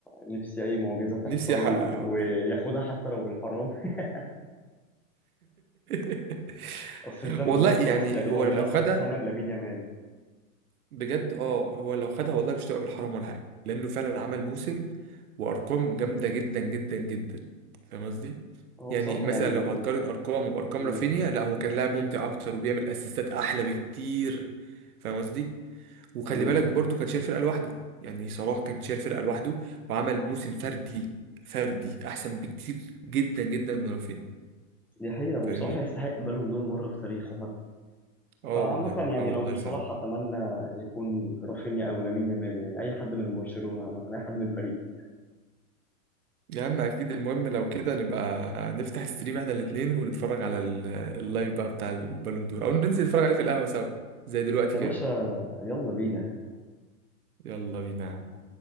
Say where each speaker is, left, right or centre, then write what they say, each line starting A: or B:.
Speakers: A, in the centre; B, on the right (about 80°).
A: نفسي أي معجزة تحصل
B: نفسي احققها
A: وياخدها
B: والله
A: حتى لو بالحرام <laughs>
B: <laughs>
A: أصل الزمن
B: والله
A: ده خلاص
B: يعني
A: يعني
B: هو
A: هو للأسف
B: لو خدها
A: زمن لامين يامال
B: بجد اه هو لو خدها والله مش تبقى بالحرام ولا حاجه لانه فعلا عمل موسم وارقام جامده جدا جدا جدا فاهم قصدي
A: هو
B: يعني
A: بصراحة
B: مثلا
A: يعني
B: لو هتقارن ارقامه بارقام
A: مم.
B: رافينيا لا هو كان لاعب ممتع اكتر وبيعمل اسيستات احلى بكتير فاهم قصدي وخلي
A: مم.
B: بالك برضو كان شايل فرقه لوحده يعني صلاح كان شايل فرقه لوحده وعمل موسم فردي فردي احسن بكتير جدا جدا من رافينيا
A: دي حقيقة وبصراحة
B: فاهمني
A: يستحق بالون دور مرة في تاريخه حتى
B: اه
A: فعامة
B: والله
A: يعني
B: اه والله
A: لو مش
B: فعلا
A: صلاح أتمنى يكون رافينيا أو لامين يامال يعني أي حد من برشلونة عامة أي حد من فريقي
B: يا عم اكيد المهم لو كده نبقى نفتح ستريم احنا الاتنين ونتفرج على ال- اللايف بقى بتاع البالون دور او ننزل نتفرج عليه في القهوة سوا زي دلوقتي
A: يا
B: كده
A: باشا يلا بينا
B: يلا بينا يا عم